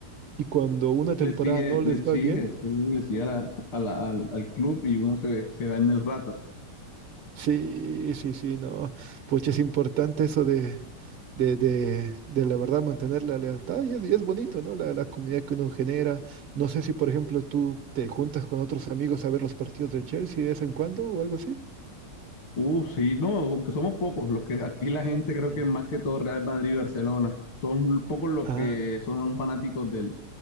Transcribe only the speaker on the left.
Le
exige,
le
exige,
sí, le exige a la, a la- al, al club y uno se, se da en el rato.
Uh, sí, no, aunque somos pocos los que aquí la gente creo
que más que todo Real Madrid y Barcelona. Son pocos los
que son fanáticos del,